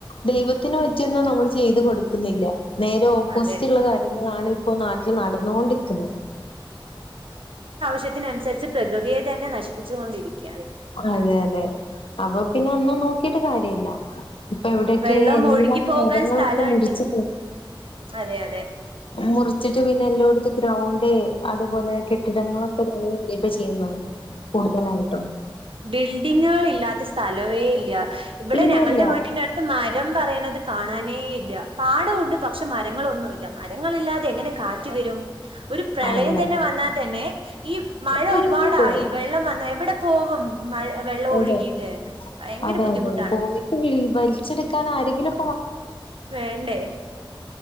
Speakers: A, on the left; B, on the right.
A: ദൈവത്തിന് പറ്റിയൊന്നും നമ്മൾ ചെയ്ത് കൊടുക്കുന്നില്ല നേരെ ഓപ്പോസിറ്റ്ള്ള
B: അതെ
A: കാര്യങ്ങളാണ് ഇപ്പോ നാട്ടില് നടന്നൊണ്ടിക്കുന്നെ
B: ത്യത്തിനനുസരിച്ച് പ്രകൃതിയെ തന്നെ നശിപ്പിച്ചുകൊണ്ടിരിക്കാണ്
A: അതെ അതെ അപ്പൊ പിന്നെ ഒന്നും നോക്കിട്ട് കാര്യല്ല ഇപ്പൊ എവിടൊക്കെ
B: വെള്ളം
A: എല്ലാരും
B: ഒഴുകി പോകാൻ
A: മരങ്ങളൊക്കെ
B: സ്ഥലണ്ട്
A: മുറിച്ച് പോ
B: അതെ അതെ
A: മുറിച്ചിട്ട് പിന്നെ എല്ലോട്ത്തും ഗ്രൗണ്ട് അതുപോലെ കെട്ടിടങ്ങളൊക്കെ ഇപ്പൊ ചെയ്യുന്നത് കൂടുതലായിട്ടും
B: ബിൽഡിങ്ങാളില്ലാത്ത സ്ഥ സ്ഥലവേല്ല ഇവിടെ
A: ഇല്ല
B: ഞങ്ങൾടെ
A: ഇല്ല
B: വീട്ടിന്റെ അടുത്ത് മരം പറയ ന്നത് കാണാനേ ഇല്ല പാടവൊണ്ട് പക്ഷെ മരങ്ങളൊന്നുല്ല മരങ്ങളില്ലാതെങ്ങനെ കാറ്റ് വെരും ഒരു പ്രളയം
A: അതെ
B: തന്നെ വന്നാ തന്നെ ഈ മഴ
A: മുങ്ങിപ്പോവും
B: ഒരു പാടായി വെള്ളം വന്ന എവിടെ പോവും മഴ വെള്ളം ഒഴുകിട്ട്
A: അതെ
B: ഭയങ്കര
A: അതെ
B: ബുദ്ധിമുട്ടാണ്
A: <unintelligible> വലിച്ചെടുക്കാൻ ആരെങ്കിലും
B: വേണ്ടേ